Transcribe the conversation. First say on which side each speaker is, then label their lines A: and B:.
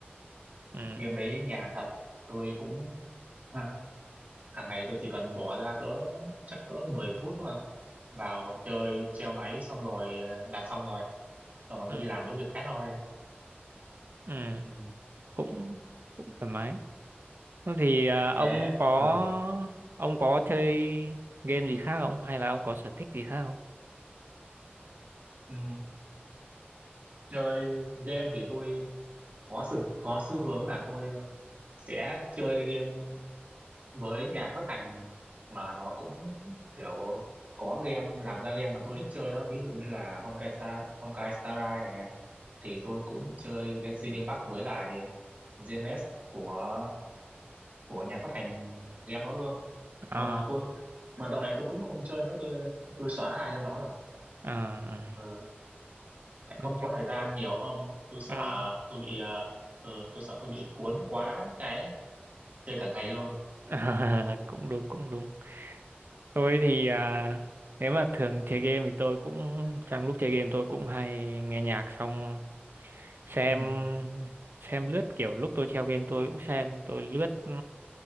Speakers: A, on the right; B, on the right.
A: ừ
B: game đấy nhàn thật tôi cũng ha, hàng ngày tôi chỉ cần bỏ ra cỡ chắc cỡ 10 phút thôi à. vào chơi treo máy xong rồi ờ, làm xong rồi xong rồi tôi
A: ừ
B: đi làm mấy việc khác thôi
A: ừ
B: ừ.
A: cũng cũng thoải mái Thế thì à,
B: thế
A: ông có
B: ừ.
A: ông có chơi game gì khác không hay là ông có sở thích gì khác không
B: Ừ. chơi game thì tôi có sự có xu hướng là tôi ờ, sẽ chơi game với nhà phát hành mà nó cũng kiểu có game làm ra game mà tôi thích chơi đó ví dụ như là Honkai Star Honkai Star Rail này thì tôi cũng chơi Genshin Impact với lại Zenless của của nhà phát hành game đó luôn
A: à
B: mà tôi mà dạo này tôi cũng không chơi nữa tôi tôi xóa hai em đó rồi
A: à
B: ờ, tại
A: nói
B: không
A: chung-
B: có thời gian nhiều không tôi sợ
A: à,
B: tôi bị ờ, ờ, tôi sợ tôi bị cuốn quá cái chơi cả ngày luôn
A: <laughs> à, cũng đúng cũng đúng tôi thì à, nếu mà thường chơi game thì tôi cũng trong lúc chơi game tôi cũng hay nghe nhạc xong xem
B: ừ
A: xem lướt kiểu lúc tôi treo game tôi cũng xem tôi lướt ừ,